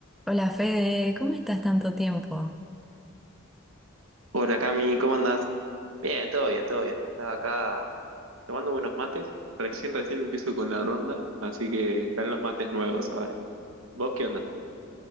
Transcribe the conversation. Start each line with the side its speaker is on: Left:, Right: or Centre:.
Centre: Hola Fede, ¿cómo estás tanto tiempo?
Right: Hola Cami, ¿cómo andás? Bien, todo bien, todo bien. Estaba acá tomando buenos mates. Recién, recién empiezo con la ronda, así que están los mates nuevos ahora. ¿Vos qué onda?